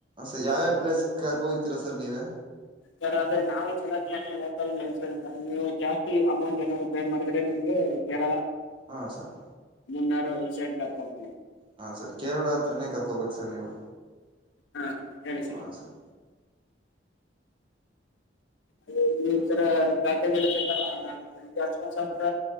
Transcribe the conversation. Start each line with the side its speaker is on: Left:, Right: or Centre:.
Right: ಸರ್ ಯಾವ್ಯಾವ ಪ್ಲೇಸ್ ಕರ್ಕೋೋಗತೀರಾ ಸರ್ ನೀವೆ
Left: ಸರ್ ಅದೇ ನಾವು ಸೆಲೆಕ್ಟ್ ಮಾಡಿದ್ರೆ ಮೈಸೂರು ನೀವು ಜಾಸ್ತಿ ಅಮೌಂಟ್ ಏನಾದಾರರು ಪೇ ಮಾಡಿದ್ರೆ ನಿಮ್ಗೆ ಕೇಳ.
Right: ಹಾ ಸರ್.
Left: ಮುನ್ನಾರು ಈ ಸೈಡ್ ಕಟ್ಕೊಂಡಿ.
Right: ಹಾ ಸರ್ ಕೇರಳ ಹತ್ರನೇ ಕರ್ಕೋಬೇಕು ಸರ್ ನೀವು
Left: ಹಾ ಹೇಳಿ
Right: ಹಾ ಸರ್.
Left: ಹೌ್ಮ. ಈರ ಪ್ಯಾಕೇಜ್ ಇರುತ್ತೆ ಸರ್ ಈ ಅಾಸ್ತ್ರ